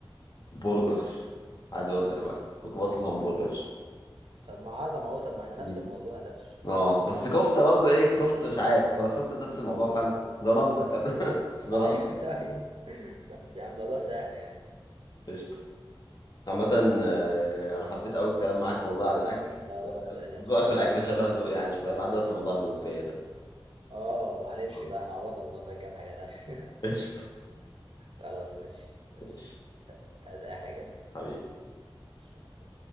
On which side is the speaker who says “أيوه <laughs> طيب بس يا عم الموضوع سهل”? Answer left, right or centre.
Right